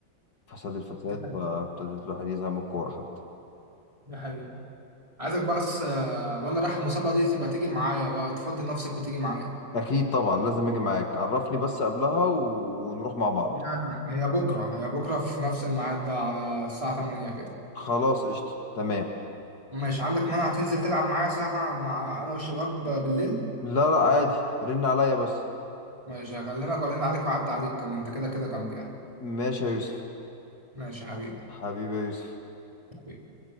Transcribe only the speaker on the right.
دي حقيقة
دي حقيقة عايزك بس آه، وانا رايح المسابقة دي تبقى تيجي معايا بقى تفضي نفسك وتيجي معايا
هي هي بكرة هي بكرة في نفس الميعاد ده على الساعة 8 كده
ماشي عندك مانع تنزل تلعب معايا ساعة مع انا والشباب بالليل
ماشي هكلمك وارن عليك واعدي عليك كمان انت كده كده جنبي يعني
ماشي يا حبيبي
حبيبي